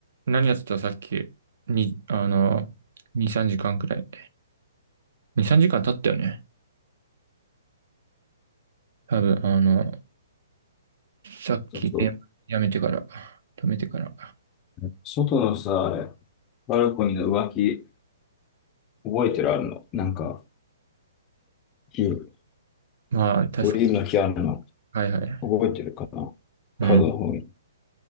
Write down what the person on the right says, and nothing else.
何やってたさっき、に、あの、2、3時間くらい。2、3時間経ったよね。多分、あの、さっき、
ね、やめてから、止めてから。
まあ、確か、
はいはい。
うん、